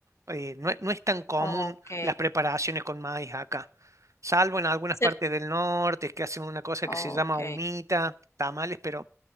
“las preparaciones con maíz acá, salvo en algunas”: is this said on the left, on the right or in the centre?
Right